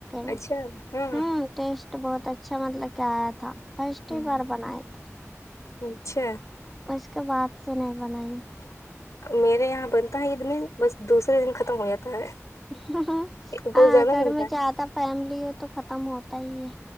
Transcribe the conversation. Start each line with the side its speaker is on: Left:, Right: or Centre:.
Centre: میں
Left: اچھا ہاں
Centre: ہوں ٹیسٹ بہت اچھا مطلب کہ آیا تھا فرسٹ
Left: ہ
Centre: ہی بار بنائے تھی
Left: اچھا
Centre: اور اس کے بعد سے نہیں بنائی
Left: میرے یہاں بنتا ہے یہ دن بس دوسرے دن ختم ہو جاتا ہے
Centre: ہ
Left: بہت
Centre: ہاں
Left: زیادہ
Centre: گھر
Left: بنتا
Centre: میں
Left: ہے
Centre: جاتا فیملی ہو تو ختم ہوتا ہی ہے